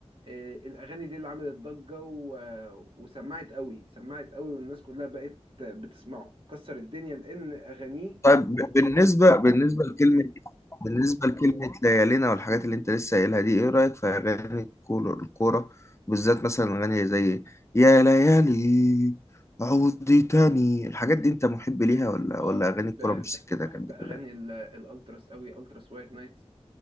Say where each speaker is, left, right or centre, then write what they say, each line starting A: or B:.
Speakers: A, on the right; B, on the left.
A: آه، الاغاني دي اللي عملت ضجه و... آه، وسمعت قوي سمعت قوي والناس كلها بقت بتسمعه كسر الدنيا لان اغانيه
B: طيب ب- بالنسبة بالنسبة لكلمة بالنسبة لكلمة ليالينا والحاجات اللي انت لسه قايلها دي ايه رأيك في اغاني الكول- الكورة بالذات مثلا اغاني زي يا ليالي عودي تاني الحاجات دي انت محب ليها
A: اه
B: ولا
A: آه،
B: ولا
A: بحب
B: اغاني الكورة مش
A: بحب
B: سكتك
A: بحب
B: قد
A: اغاني
B: كده
A: ال- الالتراس قوي التراس وايت نايت